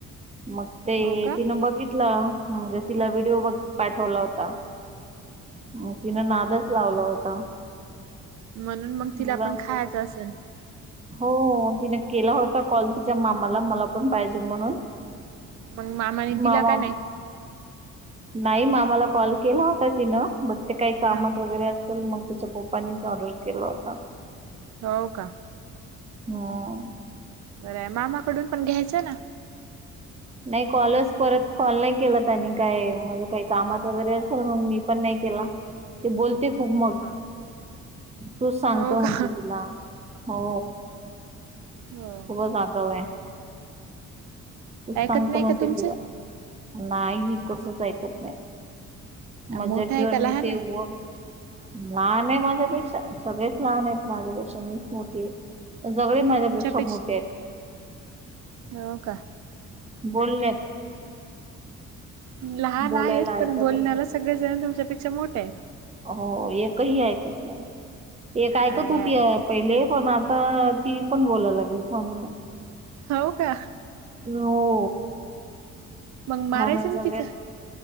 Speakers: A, on the right; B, on the right.
A: मग ते
B: हो का?
A: तिनं बघितलं, म्हणजे तिला व्हिडिओ बघ- पाठवला होता. हो तिनं नादच लावला होता.
B: म्हणून मंग
A: मुलांच
B: तिला पण खायचं असन.
A: हो -हो तिने केला होता कॉल तिच्या मामाला मला पण पाहिजे म्हणून.
B: मग मामाने दिला
A: मामाम
B: का नाही
A: नाही म मामाला कॉल केला होता तिनं, बट ते काही कामात
B: हा
A: वगैरे अस पण मग तिच्या पप्पानेच ऑर्डर केला होता.
B: हो का.
A: ह्म्म.
B: बराय मामाकडून पण घ्यायचं ना.
A: नाही कॉलस परत कॉल नाही केला त्यांनी काय, म्हणू <unintelligible> काही कामात वगैरे असेल मग मी पण नाही केला. ती बोलते खूप मग,
B: हा
A: तूच सांगतो
B: हो
A: म्हणते
B: का
A: तिला. हो,
B: हो
A: खूपच आगव आहे. तूस
B: ऐकत
A: सांगतो
B: नाही
A: म्हणते
B: का तुमचं
A: तिला, नाही ही कसच ऐकत नाही. मजाक
B: मोठं आहे
A: वर
B: का लहान
A: नेते
B: आहे
A: व <unintelligible> लहान आहे माझ्यापेक्षा, सगळेच लहान आहेत माझ्यापेक्षा मीच मोठी आहे. जगळे माझ्यापेक्षा
B: तुमच्यापेक्षा
A: मोठे आहेत.
B: हो का.
A: बोलण्यात
B: <inaudible> लहान
A: बोलायला
B: आहेत पण
A: ऐकतच
B: बोलण्याला सगळेजण तुमच्यापेक्षा मोठे आहेत.
A: हो एकही ऐकत नाही, एक ऐकत
B: अरे
A: होती‌
B: अरे
A: अ पहिले पण आता ती पण बोलायला लागली फोन
B: हो का.
A: नो <unintelligible>
B: मंग मारायचं
A: आहे सगळ्यात
B: ना तिचं.